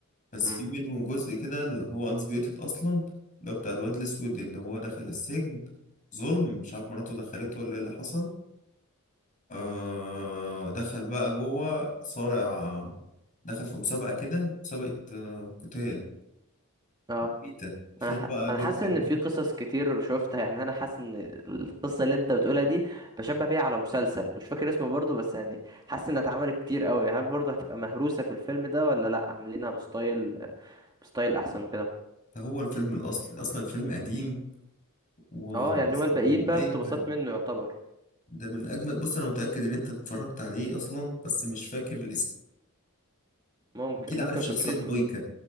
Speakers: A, on the left; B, on the right.
A: بس
B: امم
A: في منهم جزء كده اللي هو انسبيوتد اصلا اللي هو بتاع الواد الاسود اللي هو دخل السجن ظلم مش عارف مراته دخلته ولا ايه اللي حصل آه دخل بقى جوه صارع دخل في مسابقة كده مسابقة آه، قتال
B: اه
A: بيتا فيها
B: انا ح...
A: بقى
B: انا
A: بويكا
B: حاسس
A: البطل
B: ان في قصص كتير شفتها يعني انا حاسس ان القصه اللي انت بتقولها دي بشبه بيها على مسلسل مش فاكر اسمه برضو بس يعني حاسس انها اتعملت كتير قوي هل برضو هتبقى مهروسه في الفيلم ده ولا لا عاملينها بستايل بستايل احسن وكده
A: فهو الفيلم الأصلي أصلا الفيلم قديم وأصلا
B: اه يعني هو الباقيين
A: بأي
B: بقى اقتباسات
A: حاجة
B: منه يعتبر
A: ده من اجمل بص انا متاكد ان انت اتفرجت عليه اصلا بس مش فاكر الاسم
B: ممكن
A: اكيد عارف
B: ممكن
A: شخصيه
B: اكون شفته
A: بويكا